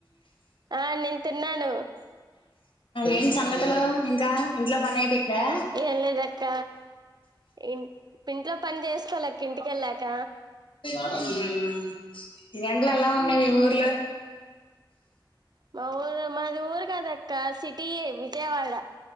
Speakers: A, on the right; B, on the left.
A: ఆ నేను తిన్నాను
B: ఏం సంగతలో ఇంకా ఇంట్లో పని అయిపోయిందా
A: ఏం లేదక్క ఇ ఇంట్లో పని చేసుకోవాలి ఇంటికి ఎళ్ళాక
B: <unintelligible> ఎలా ఉన్నాయి మీ ఊరు
A: మా ఊరు మాది ఊరు కాదక్క సిటీయే విజయవాడ